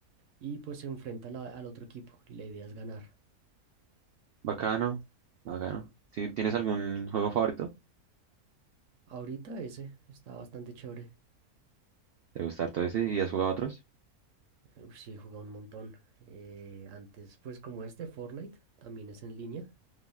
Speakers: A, on the right; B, on the right.
A: y pues se enfrenta a la- al otro equipo. Y la idea es ganar.
B: Bacano. Bacano. ¿Ti- ¿Tienes algún juego favorito?
A: Ahorita ese está bastante chévere.
B: ¿Te gusta todo ese? ¿Y has jugado otros?
A: Uf, sí, he jugado un montón. Eh, antes, pues como este Fortnite, también es en línea.